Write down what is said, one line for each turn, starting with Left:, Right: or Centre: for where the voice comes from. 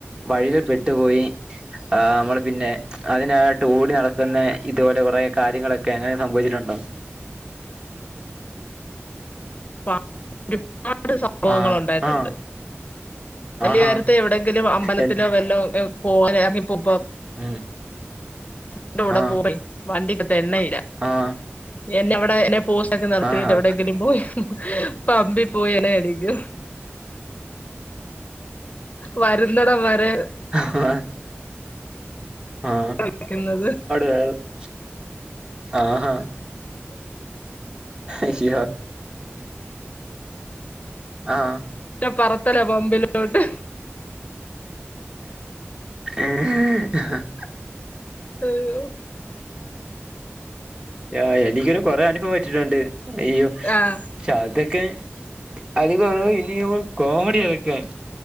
Right: വഴിയിൽ പെട്ടു പോയി ആഹ് നമ്മള് പിന്നെ അതിനായിട്ട് ഓടി നടക്കുന്ന ഇതു പോലെ കുറെ കാര്യങ്ങളൊക്കെ അങ്ങനെ സംഭവിച്ചിട്ടുണ്ടോ
Left: പാ ഒരുപാട് സംഭവങ്ങൾ
Right: ആഹ്
Left: ഉണ്ടായിട്ടുണ്ട്
Right: ആഹ്
Left: വലിയ
Right: ആഹാ
Left: കാര്യത്തെ എവിടെങ്കിലും അമ്പലത്തിലോ
Right: എന്ത്
Left: വല്ലോ പോവാൻ ഇറങ്ങിപ്പോ പ്പം
Right: ഉം
Left: ന്റെ കൂടെ
Right: ആഹ്
Left: പോയി വണ്ടിക്കകത്ത് എണ്ണയില്ല
Right: ആഹ്
Left: എന്നെ എവിടെ എന്നാ പോസ്റ്റാക്കി നിർത്തിട്ട്
Right: ആഹാ
Left: എവിടെങ്കിലും പോയി പമ്പിൽ പോയി എണ്ണ അടിക്കും വരുന്നിടം വരെ
Right: ആഹ് ആഹ്
Left: നിൽക്കുന്നത്
Right: <unintelligible> ആഹ് ഹാ അയ്യോ ആഹ്
Left: <inaudible> പറത്തല്ലേ പമ്പിലോട്ട്
Right: ഏഹ് <unintelligible>
Left: അയ്യോ.
Right: ആഹ് എനിക്കൊരു കൊറേ അനുഭവം പറ്റിട്ടുണ്ട് അയ്യോ
Left: ആഹ്
Right: ക്ഷെ അതൊക്കെ അത് പറഞ്ഞ ഇനീയും കോമഡി അതൊക്കെ